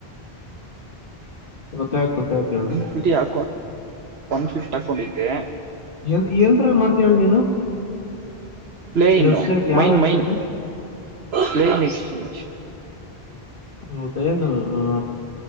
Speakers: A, on the left (about 55°); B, on the right (about 75°).
A: ಗೊತ್ತಾಗುತ್ತ ಗೊತ್ತಾಗುತ್ತ ಹೇಳು.
B: ಒನ್ ಫಿಫ್ಟಿ ಹಾಕೊ ಒನ್ ಫಿಫ್ಟಿ ಹಾಕೊಂಡಿದ್ದೆ
A: ಎ ಎಂತ್ರಲ್ಲಿ ಮಾಡ್ತೀ ಹೇಳ ನೀನು.
B: ಪ್ಲೇ ಇನೋ
A: ವೆಬ್ಸೈಟ್ ಯಾವ
B: main
A: website
B: main plane exchange.
A: ಹೌದ ಏನು ಆ